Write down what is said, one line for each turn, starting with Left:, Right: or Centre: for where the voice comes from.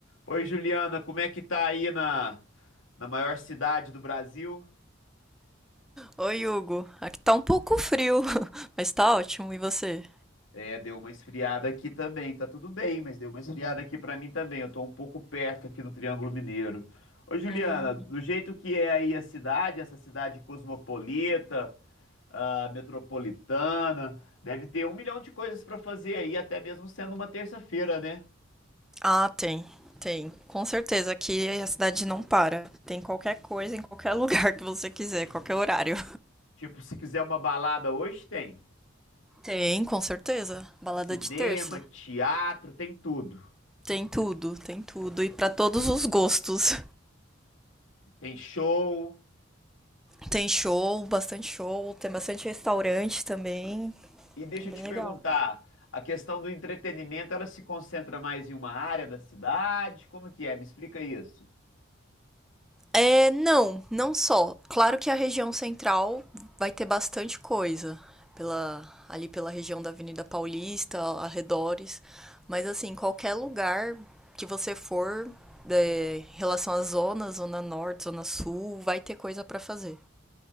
Left: Oi, Juliana, como é que tá aí na, na maior cidade do Brasil?
Centre: Oi, Hugo. Aqui tá um pouco frio, <laughs> mas tá ótimo. E você?
Left: É, deu uma esfriada aqui também, tá tudo bem, mas deu uma esfriada aqui pra mim também. Eu tô um pouco perto aqui no Triângulo Mineiro. Ô, Juliana,
Centre: Hum.
Left: do jeito que é aí a cidade, essa cidade cosmopolita, ah, metropolitana, deve ter um milhão de coisas pra fazer aí, até mesmo sendo uma terça-feira, né?
Centre: Ah, tem, tem. Com certeza aqui a cidade não para. Tem qualquer coisa em qualquer <laughs> lugar que você quiser, qualquer horário.
Left: Tipo, se quiser uma balada hoje, tem.
Centre: Tem, com certeza. Balada
Left: Cinema,
Centre: de terça.
Left: teatro, tem tudo.
Centre: Tem tudo, tem tudo. E pra todos os gostos.
Left: Tem show.
Centre: Tem show, bastante show. Tem bastante restaurante também.
Left: E deixa
Centre: Bem
Left: eu te
Centre: legal.
Left: perguntar, a questão do entretenimento, ela se concentra mais em uma área da cidade? Como que é? Me explica isso.
Centre: É, não, não só. Claro que a região central vai ter bastante coisa, pela, ali pela região da Avenida Paulista, arredores, mas assim, qualquer lugar que você for, é, em relação à zona, zona norte, zona sul, vai ter coisa pra fazer,